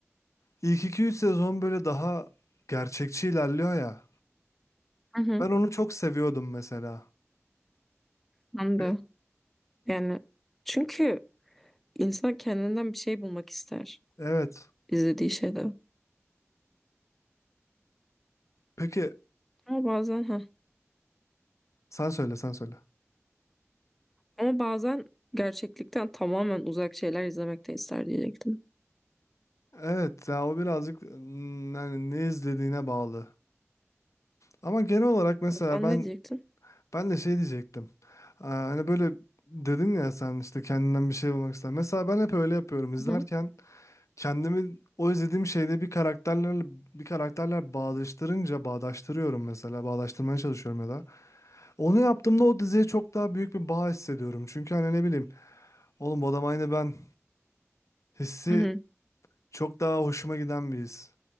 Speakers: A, on the left (about 80°); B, in the centre.
A: ilk iki üç sezon böyle daha gerçekçi ilerliyor ya.
B: Hı hı.
A: Ben onu çok seviyordum mesela.
B: Ben
A: Ve-
B: de. Yani çünkü insan kendinden bir şey bulmak ister
A: Evet.
B: izlediği şeyde.
A: Peki
B: Ama bazen ha.
A: sen söyle sen söyle.
B: Ama bazen gerçeklikten tamamen uzak şeyler izlemek de ister diyecektim.
A: Evet ya o birazcık mm, yani ne izlediğine bağlı. Ama genel olarak mesela
B: Sen
A: ben
B: ne diyecektin?
A: ben de şey diyecektim. Aa, Hani böyle dedin ya sen işte kendinden bir şey bulmak ister. Mesela ben hep öyle yapıyorum. İzlerken
B: Hı hı.
A: kendimi o izlediğim şeyde bir karakterlerle bir karakterler bağdaştırınca bağdaştırıyorum mesela. Bağdaştırmaya çalışıyorum ya da. Onu yaptığımda o diziye çok daha büyük bir bağ hissediyorum. Çünkü hani ne bileyim oğlum bu adam aynı ben hissi
B: Hı hı.
A: çok daha hoşuma giden bir his.